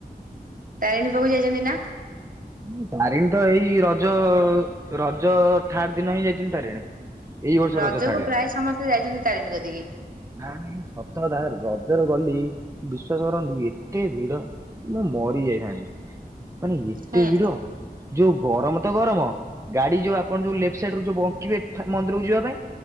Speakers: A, on the right; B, on the right.
A: ତାରିଣୀ ପାଖୁ ଯାଇଚନ୍ତି ନାଁ?
B: ଉଁ ତାରିଣୀ ତ ଏଇ ରଜ ରଜ ଥାର୍ଡ଼୍ ଦିନ ହିଁ ଯାଇଥିନି ତାରିଣୀ। ଏଇ ବର୍ଷ
A: ରଜକୁ
B: ରଜ ଥାଡ଼
A: ପ୍ରାୟ
B: ଏନ୍
A: ସମସ୍ତେ ଯାଇଛନ୍ତି ତାରିଣୀ କତିକି।
B: ନାଁ ନାହିଁ ସତ ଧାର ରଜରେ ଗଲି ବିଶ୍ଵାସ କରନ୍ତୁ ଏତେ ଭିଡ଼ ମୁଁ ମରି ଯାଇଥାନ୍ତି। ମାନେ ଏତେ
A: ହୁଁ
B: ଭିଡ଼ ଯୋଉ ଗରମ ତ ଗରମ ଗାଡ଼ି ଯୋଉ ଆପଣ ଯୋଉ ଲେପ୍ଟ୍ ସାଇଡ଼୍ ରୁ ଯୋଉ ବଙ୍କିବେ ଠା ମନ୍ଦିରକୁ ଯିବା ପାଇଁ